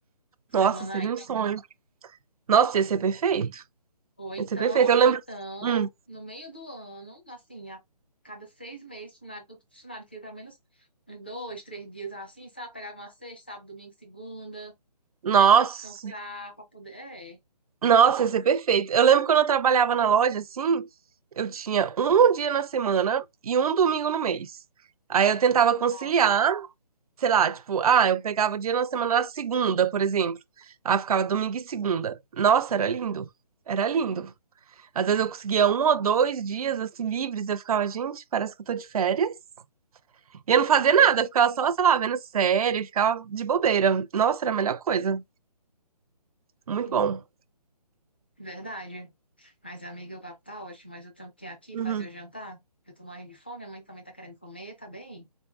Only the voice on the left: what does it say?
Semana
extra.
Ou então,
ou
então,
no meio do ano, assim, a cada seis meses, o funcionário, todo funcionário tinha pelo menos uns dois, três dias assim, sabe? Pegava uma sexta, sábado, domingo, segunda,
né? Para descansar, para poder. É,
eu
acho que.
Nossa,
sim,
sim,
verdade. Mas, amiga, o papo tá ótimo, mas eu tenho que ir aqui
fazer o jantar. Eu tô morrendo de fome, a mãe também tá querendo comer, tá bem?